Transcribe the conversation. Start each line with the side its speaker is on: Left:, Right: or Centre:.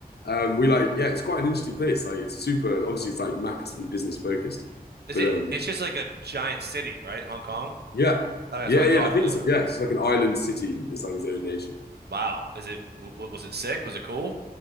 Left: Um, we like, yeah, it's quite an interesting place. Like, it's super, obviously, it's like massively business focused.
Right: <laughs> Is
Left: But
Right: it
Left: um,
Right: it's just like a giant city, right? Hong Kong?
Left: yeah,
Right: Oh, that's
Left: yeah,
Right: what I
Left: yeah.
Right: thought.
Left: I think
Right: Yeah.
Left: so. Yeah, it's just like an island city. There's like its own nation.
Right: Wow. Is it w was it sick? Was it cool?